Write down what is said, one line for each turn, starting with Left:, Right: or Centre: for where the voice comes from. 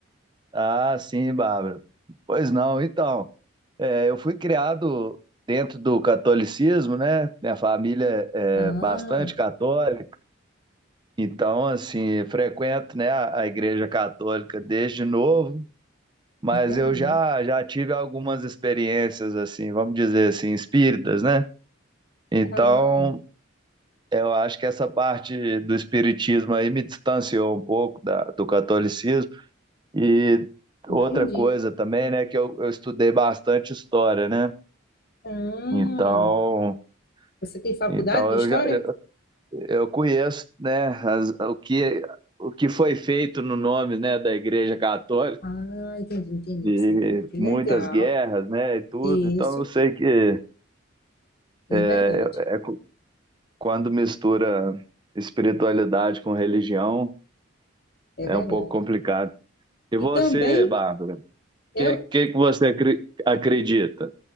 Right: ah, sim, Bárbara. Pois não, então, é, eu fui criado dentro do catolicismo, né? Minha família é
Left: Ah,
Right: bastante católica, então, assim, frequento, né, a a igreja católica desde novo, mas
Left: entendi.
Right: eu já, já tive algumas experiências, assim, vamos dizer assim, espíritas, né? Então,
Left: Ah,
Right: eu acho que essa parte do espiritismo aí me distanciou um pouco da, do catolicismo, E
Left: entendi.
Right: outra coisa também, né, que eu, eu estudei bastante história, né?
Left: Ah,
Right: Então,
Left: você tem faculdade
Right: então
Left: de
Right: eu
Left: história?
Right: já eu conheço, né, as- o que o que foi feito no nome, né, da Igreja Católica
Left: Ah, entendi, entendi,
Right: e
Left: entendi. Que legal.
Right: muitas guerras, né, e tudo.
Left: Isso,
Right: Então eu sei que
Left: é
Right: é,
Left: verdade,
Right: é quando mistura espiritualidade com religião
Left: é
Right: é
Left: verdade.
Right: um pouco complicado. E
Left: E
Right: você,
Left: também,
Right: Bárbara,
Left: eu,
Right: que que que você acri- acredita?